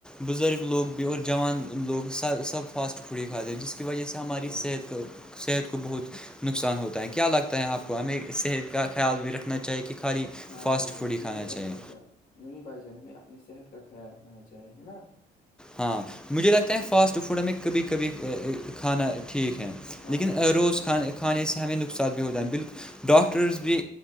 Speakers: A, in the centre; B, on the left.
A: بزرگ لوگ اور ج جوان لوگ سب فاسٹڈ فڈ ہی کھات جسے کی وجہ سے ہماری
B: ہاں بھائی
A: صحت
B: جان
A: کو صحت کو بہت نقصان ہوتا ہے کیا لگتا ہے آپ کو ہمیں صحت کا خیال بھی رکھنا چاہیے کہ خالی
B: ہاں
A: فاسٹ
B: بھائی جان
A: فوڈ ہی
B: کیوں
A: کھانا
B: نہیں
A: چاہیے
B: رکھنا چاہ نہیں بھائی جان ہمیں اپنی صحت کا خیال رکھنا چاہے ہے نا
A: ہاں مجھے لگتا ہے فاسٹ فوڈ ہم میں کبھی کبھی کھانا ٹھیک ہے
B: ہاں
A: لیکن
B: بھائی جان
A: روز خان کھانے سے ہمیں نقصان بھی ہوتا ہے بالکل ڈاکٹرز بھی